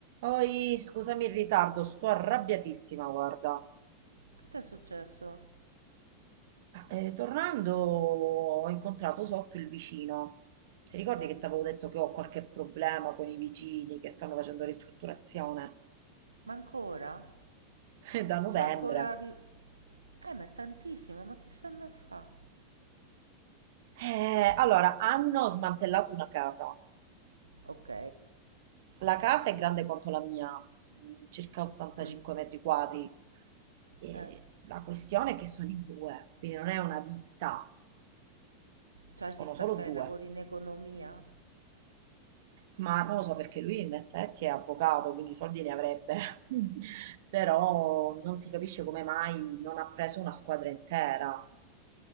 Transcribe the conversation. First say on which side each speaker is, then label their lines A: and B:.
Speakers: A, on the right; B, on the right.
A: Oi, scusami il ritardo, sto arrabbiatissima, guarda.
B: Che ti è successo?
A: Eh, tornando ho incontrato sotto il vicino. Ti ricordi
B: Eh,
A: che ti avevo detto che ho qualche problema con i vicini che stanno facendo ristrutturazione?
B: ma ancora?
A: <laughs> Eh, Da novembre.
B: Cioè, ancora... ri- Eh, ma è tantissimo, ma che stanno a fa?
A: Eh, allora, hanno smantellato una casa.
B: Ok.
A: La casa è grande quanto la mia, mm, circa 85
B: Mm,
A: metri quadri. E
B: eh,
A: la questione è che sono in due, quindi non è una ditta,
B: cioè
A: sono
B: si sta
A: solo
B: a fare
A: due.
B: lavori in economia?
A: Ma non lo so perché lui in effetti è avvocato, quindi i soldi ne avrebbe, <laughs> però non si capisce come mai non ha preso una squadra intera.